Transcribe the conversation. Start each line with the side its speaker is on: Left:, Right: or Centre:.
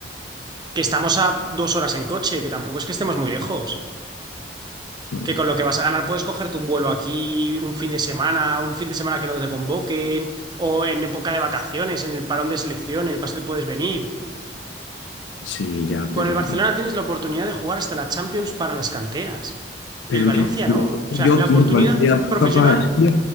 Right: que estamos a dos horas en coche, que tampoco es que estemos muy lejos.
Left: Bueno,
Right: que con lo que vas a ganar puedes cogerte un vuelo aquí un fin de semana, un fin de semana que no te convoquen, o en época de vacaciones, en el parón de selecciones, vas- puedes venir.
Left: sí, ya,
Right: Con
Left: pero,
Right: el Barcelona tienes la oportunidad de jugar hasta la Champions para las canteras.
Left: pero
Right: El Valencia
Left: yo, quiero-
Right: no. O sea,
Left: yo
Right: la
Left: quiero,
Right: oportunidad
Left: mira,
Right: profesional,
Left: papá, es que yo